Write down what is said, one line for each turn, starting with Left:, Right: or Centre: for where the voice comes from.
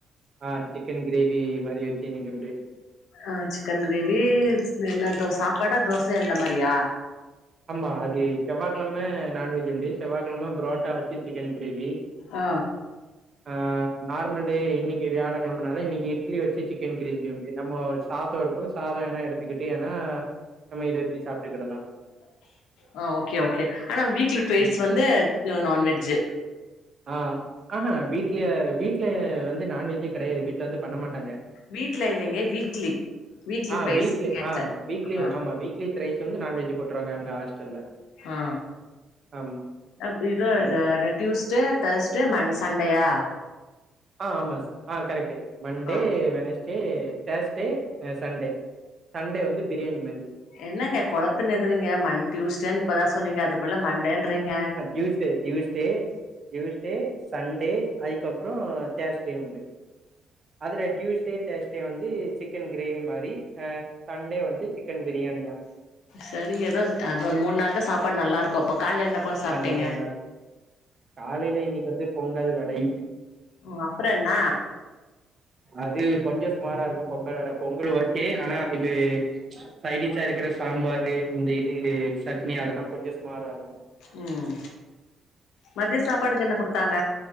Right: ஆ சிக்கன் கிரேவி மாரி வெச்சு இன்னைக்கு உண்டு
Left: அ சிக்கன் கிரேவி என்ன தொ சாப்பாடா தோசையா இந்த மாரியா
Right: ஆமா அது செவ்வாக்கெழம நான்வெஜ் உண்டு செவ்வாகெழம புரோட்டா வெச்சு சிக்கன் கிரேவி
Left: அ
Right: ஆ நார்மல் டே இன்னைக்கு வியாழ கெழமனால இன்னைக்கு இட்லி வெச்சு சிக்கன் கிரேவி வந்து நம்ம சாத்த இரு க்கு சாத வேனா எடுத்துக்கிட்டு ஏன்னா நம்ம இத வெச்சு சாப்ட்டுக்கிடலா
Left: ஆ ஓகே ஓகே ஆனா வீக்ல ட்வைஸ்
Right: ஆமா
Left: வந்து நா நான்வஜ்
Right: ஆ ஆஹா வீட்ல வீ்ட்ல வந்து நான்வெஜ்ஜே கெடையாது வீட்ல வந்து பண்ண மாட்டாங்க
Left: வீட்ல இல்லைங்க வீக்லி
Right: ஆ
Left: ட்வைஸ்
Right: வீக்லி
Left: கேட்டே
Right: ஆ வீக்லி
Left: ஆ
Right: ஆமா வீக் வீக் த்ரைஸ் வந்து நான்வெஜ் போடுறுவாங்க அங்க ஹாஸ்டல்ல
Left: ஆ
Right: ஆமா
Left: அப்ப இதா
Right: ம்.
Left: ஜா ட்யுஸ் டே தேர்ஸ்ட்டே மண் சண்டேயா
Right: ஆ ஆமா சு ஆ கரெக்ட் மண்டே
Left: ஆ
Right: வெனஸ் டே தேஸ்டே அ சண்டே சண்டே வந்து பிரியாணி மாரி
Left: என்னங்க கொழப்புனக்குறீங்க மண் டியூஸ்டேன்னு இப்பதா சொன்னீங்க அதுக்குள்ள மண்டேன்றீங்க
Right: யூஸ்டே டியூஸ்டே டியூஸ்டே சண்டே அதுக்கப்புறோ தேஸ்டே உண்டு அதுல டியூஸ்டே தேஸ்ட்டே வந்து சிக்கன் கிரேவி மாரி ஆ சண்டே வந்து சிக்கன் பிரியாணியா
Left: சரி ஏதோ அது வந்து மூணு நாள் தா சாப்பாடு நல்லா இருக்கு அப்ப கால்ல என்ன கொ சாப்ட்டீங்க
Right: அந்த மூண் நாள் காலையில இன்னைக்கு வந்து பொங்கல் வடை
Left: ம் அப்புற என்ன
Right: அது கொஞ்ச சுமாரா இருக்கு பொங்கல் வட பொங்கல் ஒகே ஆனா அதுக்கு சைடிஷா இருக்குற சாம்பாரு அந்த இது சட்னி அதெல்லா கொஞ்ச ஸுமாரா இருக்கு
Left: ம் மத்திய சாப்பாடுக்கு என்ன கொடுத்தாங்க